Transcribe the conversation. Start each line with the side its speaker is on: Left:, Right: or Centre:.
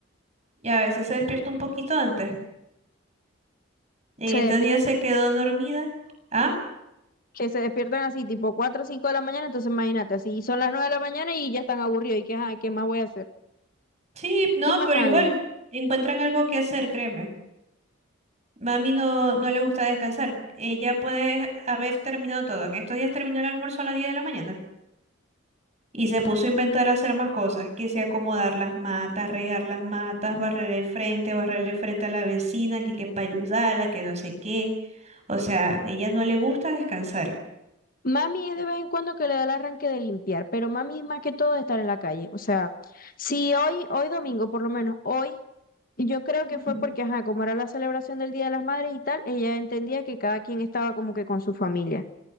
Right: Y a veces se despierta un poquito antes. En
Left: Se
Right: estos
Left: despiertan
Right: días se quedó dormida. Ah,
Left: que se despiertan así, tipo 4 o 5 de la mañana, entonces imagínate, si son las 9 de la mañana y ya están aburridos, ¿y qué, ajá, qué más voy a hacer?
Right: sí, no,
Left: ¿Qué más
Right: pero
Left: hago?
Right: igual, encuentran algo que hacer, créeme. Mami no, no le gusta descansar. Ella puede haber terminado todo. En estos días terminó el almuerzo a las 10 de la mañana. Y se puso a inventar hacer más cosas, que sea acomodar las matas, regar las matas, barrer el frente, barrer el frente a la vecina, que, que para ayudarla, que no sé qué. O sea, ella no le gusta descansar.
Left: Mami es de vez en cuando que le da el arranque de limpiar, pero mami es más que todo de estar en la calle. O sea, si hoy, hoy domingo, por lo menos hoy, yo creo
Right: Mm,
Left: que fue porque, ajá, como era la celebración del Día de las Madres y tal, ella entendía que cada quien estaba como que con su familia.